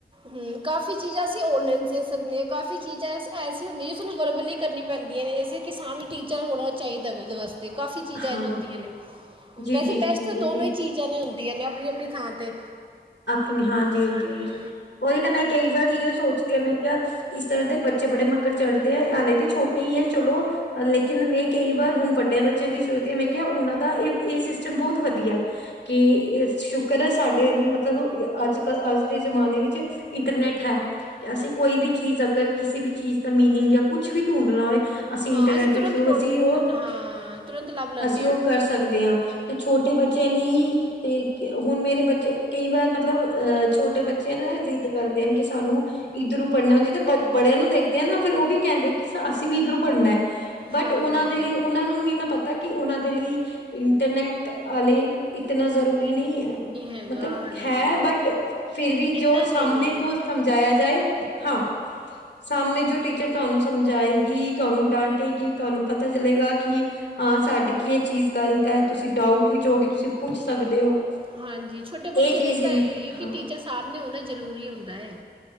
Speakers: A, on the right; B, on the left.
A: ਹੂੰ ਕਾਫ਼ੀ ਚੀਜ਼ਾਂ ਅਸੀ ਔਨਲਾਈਨ ਦੇਖ ਸਕਦੇ ਹਾਂ ਕਾਫ਼ੀ ਚੀਜ਼ਾਂ ਐਸੀ ਹੁੰਦੀਆਂ ਜੋ ਸਾਨੂੰ ਵਰਬਲੀ ਕਰਨੀਆਂ ਪੈਂਦੀਆਂ ਨੇ ਜੈਸੇ ਕਿ ਸਾਨੂੰ ਟੀਚਰ ਹੋਣਾ ਚਾਹੀਦਾ ਉਹਦੇ ਵਾਸਤੇ। ਕਾਫੀ ਚੀਜ਼ਾਂ
B: ਹਾਂ
A: ਇਹ ਹੁੰਦੀਆਂ
B: ਜੀ-ਜੀ-ਜੀ-ਜੀ-ਜੀ-ਜੀ
A: ਵੈਸੇ ਬੈਸਟ ਤਾਂ ਦੋਨੋਂ ਹੀ ਚੀ ਜਾਂ ਹੁੰਦੀਆਂ ਨੇ ਅਪਣੀ-ਅਪਣੀ ਥਾਂ ਤੇ।
B: ਅਪਣੀ ਹਾਂਜੀ-ਹਾਂਜੀ-ਹਾਂਜੀ।
A: ਹਾਂਜੀ ਹਾਂਜੀ
B: ਉਹੀ ਤੇ ਮੈਂ ਕਈ ਵਾਰੀ ਇਹੀ ਸੋਚਦੀ ਆ ਮੈਂ ਕਿਹਾ ਅ ਇਸ ਤਰ੍ਹਾਂ ਦੇ ਬੱਚੇ ਬੜੇ ਮਗਰ ਚੜ੍ਹਦੇ ਆ ਆਲੇ ਤੇ ਛੋਟੇ ਈ ਐ ਚਲੋ ਅਰ ਲੇਕਿਨ ਮੈਂ ਕਈ ਵਾਰ ਹੁਣ ਵੱਡਿਆਂ ਬੱਚਿਆਂ ਦੀ ਸੋਚਦੀ ਹਾਂ ਮੈਂ ਕਿਹਾ ਉਹਨਾਂ ਦਾ ਇਹ ਇਹ ਸਿਸਟਮ ਬਹੁਤ ਵਧੀਆ। ਕਿ ਸ਼ੁਕਰ ਹੈ ਸਾਡੇ ਮਤ ਅੱਜ-ਕੱਲ ਅੱਜ ਦੇ ਜਮਾਨੇ ਵਿੱਚ ਇੰਟਰਨੈਟ ਹੈ। ਕਿ ਅਸੀਂ ਕੋਈ ਵੀ ਚੀਜ਼ ਅਗਰ ਕਿਸੇ ਵੀ ਚੀਜ਼ ਦਾ ਮੀਨਿੰਗ ਜਾਂ ਕੁਛ ਵੀ ਢੂੰਡਣਾ ਹੋਏ- ਅਸੀਂ
A: ਹਾਂ
B: ਇੰਟਰਨੈਟ ਦੇ
A: ਤੁਰੰਤ
B: ਥਰੂ
A: ਡੋਨ-
B: ਅਸੀਂ ਉਹ
A: ਹਾਂ ਤੁਰੰਤ ਲੱਭ ਲੈਂਦੇ
B: ਅਸੀਂ ਉਹ
A: ਹਾਂ
B: ਕਰ। ਸਕਦੇ ਹਾਂ ਤੇ ਛੋਟੇ ਬੱਚਿਆਂ ਲਈ ਤੇ ਹੁਣ ਮੇਰੇ ਬੱਚੇ ਕਈ ਵਾਰ ਮਤਲਬ ਅਹ ਛੋਟੇ ਬੱਚੇ ਨਾ ਇਹ ਜ਼ਿੱਦ ਕਰਦੇ ਨੇ ਕਿ ਸਾਨੂੰ ਇੱਧਰੋਂ ਪੜ੍ਹਨਾ ਹੁਣ ਜਿਹਦੇ ਬੜਿਆਂ ਨੂੰ ਦੇਖਦੇ ਆ ਨਾ ਫੇਰ ਉਹ ਵੀ ਕਹਿੰਦੇ ਨੇ ਕਿ ਅਸੀਂ ਵੀ ਇੱਧਰੋਂ ਪੜ੍ਹਨਾ। ਬਟ
A: ਹਾਂ
B: ਉਹਨਾਂ
A: ਹਾਂ
B: ਦੇ ਲਈ ਉਹਨਾਂ ਨੂੰ ਨਹੀਂ ਨਾ ਪਤਾ ਕਿ ਉਹਨਾਂ ਦੇ ਲਈ ਇੰਟਰਨੈਟ ਅਲ਼ੇ ਇਤਨਾ ਜ਼ਰੂਰੀ ਨਹੀਂ ਐ
A: ਹੈਗਾ
B: ਮਤਲਬ
A: ਹਾਂਜੀ
B: ਹੈ ਬਟ ਫਿਰ ਵੀ
A: ਇੰਨਾ
B: ਜੋ ਸਾਮਣੇ
A: ਨਹੀਂ ਹੈ
B: ਤੋਂ ਸਮਝਾਇਆ ਜਾਏ ਹਾਂ। ਸਾਮਣੇ ਜੋ ਟੀਚਰ ਤੁਹਾਨੂੰ ਸਮਝਾਏਗੀ ਤੁਹਾਨੂੰ ਡਾਂਟੇਗੀ ਤੁਹਾਨੂੰ ਪਤਾ ਚਲੇਗਾ ਕਿ ਹਾਂ ਸਾਡੀ ਕੇ ਚੀਜ਼ ਗ਼ਲਤ ਹੈ। ਤੁਸੀਂ ਡਾਊਟ ਵਿੱਚ ਹੋਗੇ ਤੁਸੀਂ ਪੁੱਛ ਸਕਦੇ ਹੋ।
A: ਹਾਂਜੀ ਛੋਟੇ ਬੱਚੇ
B: ਇਹ ਚੀਜ਼
A: ਲਈ ਤਾਂ ਅਇ ਓ ਏ ਕਿ
B: ਹਾਂ
A: ਟੀਚਰ ਸਾਮਣੇ ਹੋਣਾ ਜ਼ਰੂਰੀ ਹੁੰਦਾ ਏ।